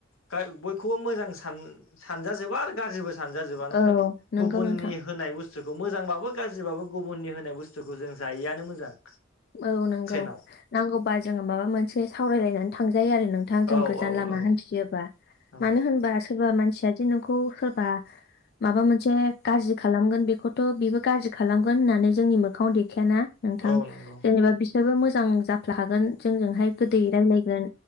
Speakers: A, on the left; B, on the left.
A: गा बयखौबो मोजां सान-सानजाजोबो आरो गाज्रिबो सानजा जोबा नंखायनो
B: औ नंगौ
A: गुबुननि
B: नोंथां
A: होनाय बुसथुखौ मोजांबाबो गाज्रिबाबो गुबुननि होनाय बुस्थुखौ जों जायिआनो मोजां
B: औ नोंगौ
A: ट्रेनाव
B: नांगौबा जोङो माबा मोनसे सावरायलायनानै थांजायो आरो नों थां जों
A: औ
B: गोजान
A: औ
B: लामा
A: औ
B: हान्थियोबा
A: औ
B: मानो होनबा सोरबा मानसिया जे नोंखौ सोरबा माबा मोनसे गाज्रि खालामगोन बेखौथ' बेबो गाज्रि खालामगोन होननानै जोंनि मोखाङाव दे खायाना नोंथां
A: औ नंगौ
B: जेनेबा बिसोरबो मोजां जाफ्ला खागोन जोंजोंहाय गोदैै रायलायगोन